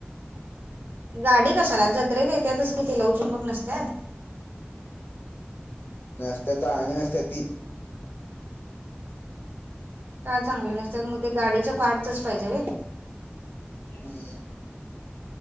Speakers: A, on the right (about 60°); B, on the left (about 65°).
A: गाडी कसाला जत्रेत येत्याातच कि तिला उचूनबक नसत्यात
B: न स्त तर आली नस ति
A: का चांगले नसतात मग ते गाडीच्या पार्टच पाहिजे व
B: हम्म